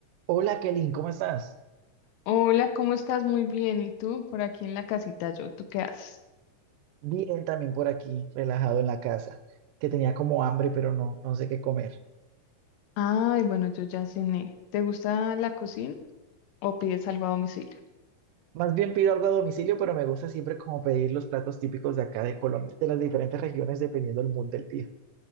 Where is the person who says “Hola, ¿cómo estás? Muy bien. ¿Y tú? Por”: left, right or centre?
Left